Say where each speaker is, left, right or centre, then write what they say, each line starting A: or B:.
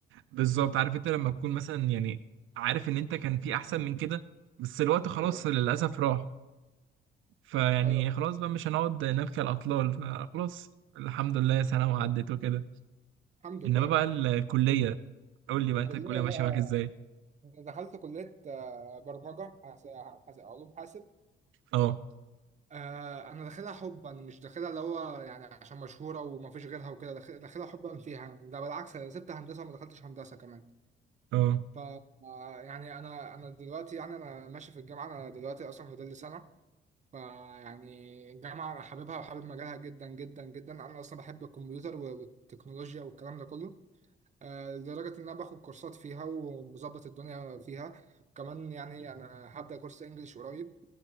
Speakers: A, on the right; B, on the right.
A: بالظبط عارف انت لما تكون مثلا يعني عارف ان انت كان في احسن من كده بس الوقت خلاص
B: ايوه
A: للاسف راح فيعني
B: ايوه
A: خلاص بقى مش هنقعد نبكي على الاطلال فخلاص الحمد لله سنه وعدت وكده
B: الحمد
A: انما
B: لله
A: بقى الكليه قول لي بقى انت
B: كليه
A: الكليه ماشيه
B: بقى
A: معاك ازاي
B: دخلت كليه آه، برمجه حاس- حاس- علوم حاسب
A: اه
B: آه انا داخلها حبا مش داخلها اللي هو يعني عشان مشهوره وما فيش غيرها وكده داخل- داخلها حبا فيها يعني. ده بالعكس انا سبت هندسه وما دخلتش هندسه كمان
A: اه
B: ف آه، يعني انا انا دلوقتي يعني انا ماشي في الجامعه انا دلوقتي اصلا فاضل لي سنه فيعني الجامعه انا حاببها وحابب مجالها جدا جدا جدا انا اصلا بحب الكمبيوتر و- والتكنولوجيا والكلام ده كله آه، لدرجه ان انا باخد كورسات فيها ومظبط الدنيا فيها كمان يعني انا هبدا كورس انجليش قريب